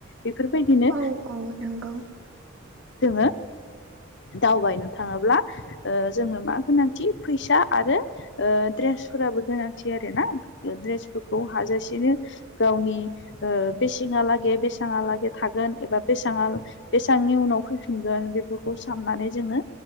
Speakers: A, on the left; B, on the right.
A: बेफोरबायदिनो
B: औ औ नंगौ
A: जोंङो दावबायनो थाङोब्ला जोंङो मा गोनांथि फैसा आरो ओ ड्रेसफोराबो गोनांथि आरो ना ड्रेसफोरखौ हाजासेनो गावनि बेसांहा लागै बेसांहा लागै थागोन एबा बेसांङा बेसेबांनि उनाव फैफिनगोन बेफोर खौ साननानै जोंङो